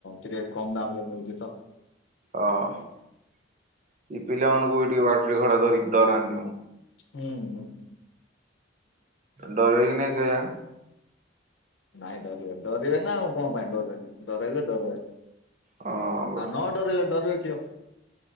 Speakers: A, on the left; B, on the right.
A: ଟିକେ କମ ଦାମ ରେ ମିଳୁଛି ତ।
B: ହଁ ଏଇ ପିଲାମାନଙ୍କୁ ବି ଟିକେ ବାଟୁଳୀ ଘଡା ଧରିକି ଡରାନ୍ତି ମୁଁ।
A: ହୁଁ ହୁଁ।
B: ଡରିବେ କି ନାଇଁ କେଜାଣି।
A: ନାଇଁ ଡରିବେ ଡରିବେ ନା ଆଉ କଣ ପାଇଁ ଡରିବନି ଡରାଇଲେ ଡରିବ ଆଉ
B: ହଁ ପରା
A: ନ ଡରେଇଲେ ଡରିବେ କି ଆଉ?